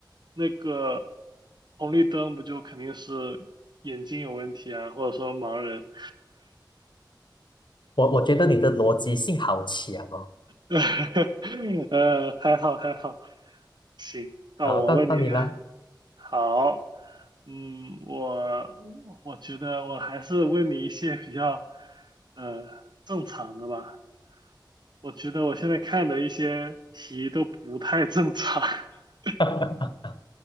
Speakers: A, on the right (about 65°); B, on the left (about 75°).
A: 那个红绿灯，不就肯定是眼睛有问题啊，或者说盲人？
B: 我我觉得你的逻辑性好强哦。
A: <laughs> 呃，还好还好，行，那我问你一个，
B: 好，到到你了。
A: 好，嗯，我我觉得我还是问你一些比较呃正常的吧。我觉得我现在看的一些题都不太正常。<laughs>
B: <laughs>